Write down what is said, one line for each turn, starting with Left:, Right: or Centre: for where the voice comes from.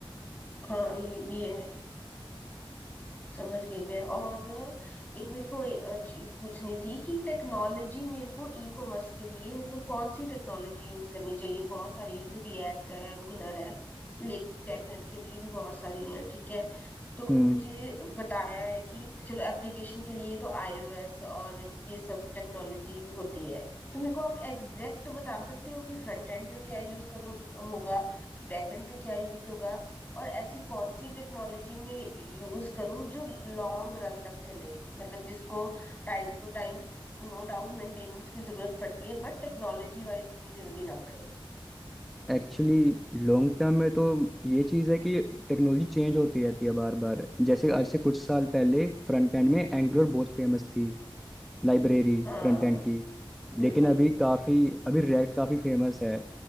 Left: हाँ, ये भी है समझ गई मैं और एक मेरे को ए- अ, चीज पूछनी थी कि टेक्नोलॉजी मेरे को ई कॉमर्स के लिए मतलब कौन सी टेक्नोलॉजी यूज करनी चाहिए बहुत सारी है जैसे रिएक्ट है एंगुलर है ले बैकएंड के लिए भी बहुत सारी है ठीक है तो
Centre: हम्म
Left: मुझे बताया है कि चलो एप्लीकेशन के लिए तो आईओएस और ये सब टेक्नोलॉजी होती है तो मेरे को आप एग्जैक्ट बता सकते हो कि फ्रंट एंड पे क्या यूज करूँ होगा बैक एंड पे क्या यूज होगा और ऐसी कौन सी टेक्नोलॉजी में यूज करूं जो लॉन्ग रन तक चले मतलब जिसको time to time no doubt maintenance की जरूरत पड़ती है बट टेक्नोलॉजी वाइज उतनी जल्दी ना पड़े
Centre: एक्चुअली लॉन्ग टर्म में तो ये चीज़ है कि टेक्नोलॉजी चेंज होती रहती है बार बार जैसे आज से कुछ साल पहले फ्रंट एंड में एंगुलर बहुत फेमस थी लाइब्रेरी
Left: हाँ
Centre: फ्रंट एंड की
Left: बिल्कुल
Centre: लेकिन अभी काफ़ी अभी रिएक्ट काफ़ी फेमस है